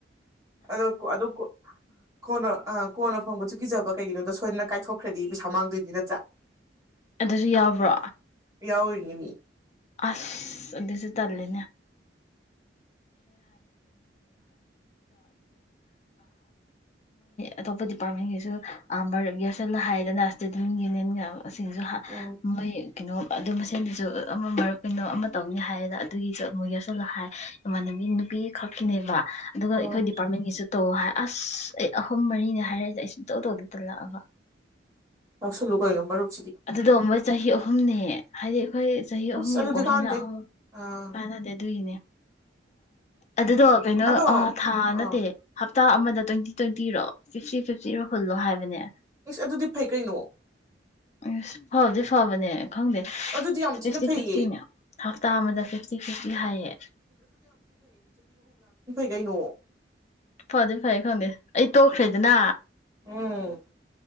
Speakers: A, on the right; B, on the left.
A: ꯑꯗꯨꯀꯣ ꯑꯗꯨꯀꯣ ꯀꯣꯟꯅ ꯑꯥ ꯀꯣꯟꯅ ꯐꯪꯕꯁꯨꯨ ꯀꯤꯖꯕ ꯀꯩꯒꯤꯅꯣꯗ ꯁꯣꯏꯗꯅ ꯀꯥꯏꯊꯣꯛꯈ꯭ꯔꯗꯤ ꯄꯩꯁꯥ ꯃꯥꯡꯗꯣꯏꯅꯤ ꯅꯠꯇ꯭ꯔꯥ
B: ꯑꯗꯨꯁꯨ ꯌꯥꯕ꯭ꯔꯣ
A: ꯌꯥꯎꯋꯤꯅꯦ ꯃꯤ
B: ꯑꯁ ꯑꯗꯨꯁꯨ ꯇꯜꯂꯦ ꯑꯇꯣꯞꯄ ꯗꯤꯄꯥꯔ꯭ꯠꯃꯦꯟꯇꯀꯤꯁꯨ ꯑꯥ ꯃꯔꯨꯞ ꯌꯦꯁ ꯁꯟꯅ ꯍꯥꯏꯌꯦꯗꯅ ꯁ꯭ꯇꯨꯗꯤꯟꯇ ꯌꯨꯅꯤꯌꯟꯒ ꯁꯤꯡꯖꯨꯍꯥ
A: ꯎꯝ
B: ꯃꯣꯏ ꯀꯩꯅꯣ ꯑꯗꯨ ꯃꯁꯦꯟꯗꯨꯁꯨ ꯑꯃ ꯃꯔꯨꯞ ꯀꯩꯅꯣ ꯑꯃ ꯇꯧꯅꯤ ꯍꯥꯏꯕꯗ ꯑꯗꯨꯒꯤꯁꯨ ꯃꯣꯏꯒꯁꯨ ꯅꯍꯥꯏ ꯏꯃꯥꯟꯅꯕꯤ ꯅꯨꯄꯤ ꯈꯛꯀꯤꯅꯦꯕ ꯑꯗꯨꯒ
A: ꯎꯝ
B: ꯑꯩꯈꯣꯏ ꯗꯤꯄꯥꯔꯠꯃꯦꯟꯇꯒꯤꯁꯨ ꯇꯧꯋꯣ ꯍꯥꯏ ꯑꯁ ꯑꯩ ꯑꯍꯨꯝ ꯃꯔꯤꯅꯦ ꯍꯥꯏꯔꯛ ꯏꯁꯦ ꯑꯩ ꯁꯨꯡꯇꯧ ꯇꯧꯗꯦ ꯇꯜꯂꯛꯑꯕ
A: ꯌꯥꯎ ꯁꯜꯂꯨ ꯀꯩꯅꯣ ꯃꯔꯨꯞ
B: ꯑꯗꯨꯗꯣ ꯃꯣꯏ ꯆꯍꯤ ꯑꯍꯨꯝꯅꯦ ꯍꯥꯏ ꯑꯩꯈꯣꯏ ꯆꯍꯤ
A: ꯑꯁ
B: ꯑꯍꯨꯝꯒꯤ
A: ꯑꯗꯨꯗꯤ
B: ꯀꯣꯔꯁꯤꯅ
A: ꯀꯥꯟꯗꯦ
B: ꯑꯍꯨꯝ
A: ꯑꯥ
B: ꯀꯥꯟꯅꯗꯦ ꯑꯗꯨꯒꯤꯅꯦ ꯑꯗꯨꯗꯣ ꯀꯩꯅꯣ
A: ꯑꯗꯣ
B: ꯊꯥ
A: ꯑꯥ
B: ꯅꯠꯇꯦ ꯍꯇꯥ ꯑꯃꯗ ꯇ꯭ꯋꯦꯟꯇꯤ ꯇ꯭ꯋꯦꯟꯇꯤꯔꯣ ꯐꯤꯐꯇꯤ ꯐꯤꯐꯇꯤꯔꯣ ꯍꯨꯜꯂꯣ ꯍꯥꯏꯕꯅꯦ
A: ꯏꯁ ꯑꯗꯨꯗꯤ ꯐꯩ ꯀꯩꯅꯣ
B: ꯑꯁ ꯐꯕꯗꯤ ꯐꯕꯅꯦ ꯈꯪꯗꯦ
A: ꯑꯗꯨꯗꯤ ꯌꯥꯝ
B: ꯐꯤꯐꯇꯤ
A: ꯊꯤꯅ ꯐꯩꯌꯦ
B: ꯐꯤꯐꯇꯤꯅꯦ ꯍꯞꯇꯥ ꯑꯃꯗ ꯐꯤꯐꯇꯤ ꯐꯤꯐꯇꯤ ꯍꯥꯏꯌꯦ
A: ꯀ ꯅꯣꯡ
B: ꯐꯥꯗꯦ ꯐꯥꯌꯦꯦ ꯈꯪꯦ ꯑꯩ ꯇꯣ ꯈꯔꯩ ꯅ
A: ꯎꯝ